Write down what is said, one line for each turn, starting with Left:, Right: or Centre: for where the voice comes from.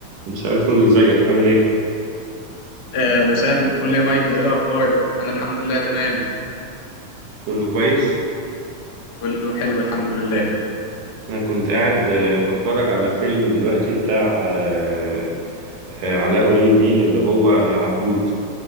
Right: مساء الفل ازيك عامل ايه
Left: آه، مساء الفل يا مايك ايه الاخبار انا الحمد لله تمام
Right: كله كويس
Left: كله حلو الحمد لله
Right: انا كنت قاعد آه، بتفرج على فيلم دلوقتي بتاع آه، آه، علاء ولي الدين اللي هو عبود